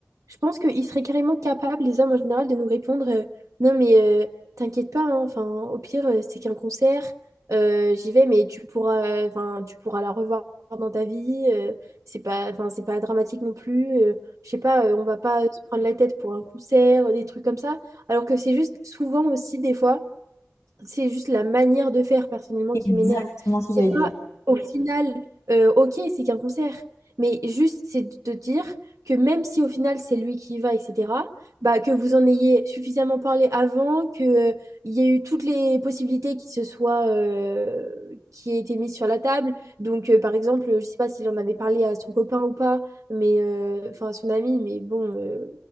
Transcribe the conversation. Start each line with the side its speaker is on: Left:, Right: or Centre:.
Right: je pense qu'ils seraient carrément capables, les hommes en général, de nous répondre euh, non, mais euh, t'inquiète pas, hein, enfin, au pire, euh, c'est qu'un concert, euh, j'y vais, mais tu pourras, enfin, tu pourras la revoir dans ta vie, euh, c'est pas, enfin, c'est pas dramatique non plus, euh, je sais pas, euh, on va pas se prendre la tête pour un concert, euh, des trucs comme ça, alors que c'est juste souvent aussi, des fois, c'est juste la manière de faire personnellement
Left: Exactement
Right: qui m'énerve.
Left: ce
Right: C'est
Left: que j'allais dire.
Right: pas au final, euh, ok, c'est qu'un concert, mais juste c'est de te dire que même si au final c'est lui qui y va, etc., bah, que vous en ayez suffisamment parlé avant, qu'il il y ait eu toutes les possibilités qui se soient, euh, qui aient été mises sur la table. Donc, euh, par exemple, je sais pas s'il en avait parlé à son copain ou pas, mais euh, enfin à son ami, mais bon, euh,